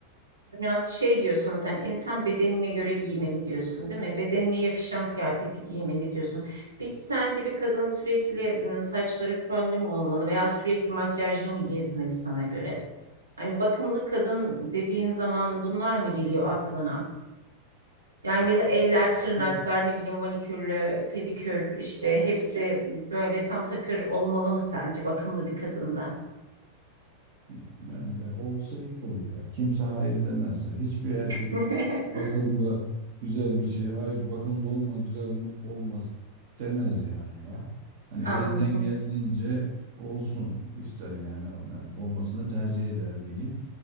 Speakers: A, on the right (about 80°); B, on the right (about 50°).
A: Yani şey diyorsun sen insan bedenine göre giymeli diyorsun değil mi? Bedenine yakışan kıyafeti giymeli diyorsun. Peki sence bir kadın sürekli m, saçları fönlü mü olmalı veya sürekli makyajlı mı gezmeli sana göre? Hani bakımlı kadın dediğin zaman bunlar mı geliyor aklına? Yani mesela eller,
B: Ya,
A: tırnaklar,
B: canım
A: ne bileyim manikürlü, pedikür işte hepsi böyle tam takır olmalı mı sence bakımlı bir kadında?
B: ya ben ya olsa iyi olur ya. Kimse hayır demez ya. Hiçbir erkek
A: <laughs>
B: bakımlı güzel bir şey, ay bakımlı olma güzel mi- olmaz demez yani ya. Hani
A: Anladım.
B: elinden geldiğince olsun ister yani, yani olmasını tercih eder diyeyim.